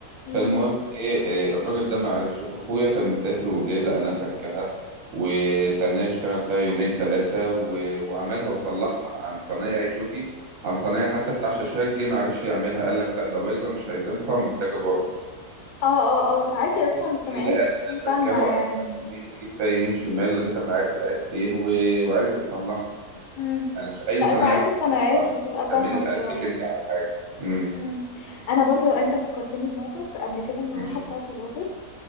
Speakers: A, on the left (about 80°); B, on the right (about 60°).
A: امم
B: فالمهم إيه إيه، الراجل ده ما عرفش فأخويا كان مسافر وجه لقناها فكها وتناه يشتغل فيها يومين تلاتة و... وعملها وصلحها عن صنايعي شوفي عن صنايعي حتى بتاع شاشات جه ما عرفش يعملها قال لك لا ده بايظة مش هتنفع ومحتاجة بوردة
A: اه اه اه ساعتها
B: أخويا
A: اصلا الصناعية
B: جه لقناها
A: مش بتكون
B: فكها
A: فاهمة
B: وقعد
A: يعني
B: فيها يومين يجيب فيها يمين شمال لغاية ما عرف العيب فين و... وعرف يصلحها
A: امم
B: انا مش اي
A: لا
B: صينيه
A: ساعات
B: عشان
A: الصنايعية
B: برضه
A: مش
B: انا
A: بتبقى
B: بتعملي
A: فاهمة
B: بقلبك
A: بصراحة
B: انت على الحاجه امم
A: امم انا برضو انت فكرتني بموقف قبل كده المروحة
B: امم
A: بتاعتي باظت